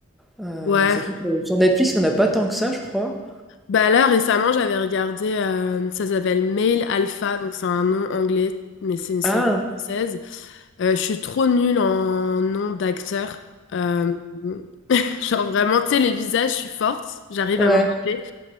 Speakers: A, in the centre; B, on the left (about 60°).
A: Euh,
B: Ouais.
A: surtout que sur Netflix, il n'y en a pas tant que ça, je crois.
B: Bah là, récemment, j'avais regardé, euh, ça s'appelle Male Alpha, donc c'est un nom anglais, mais c'est une série
A: Ah,
B: française. Euh, je suis trop nulle en nom d'acteur. Euh, <laughs> genre vraiment, tu sais, les visages, je suis forte, j'arrive
A: ouais,
B: à m'en rappeler,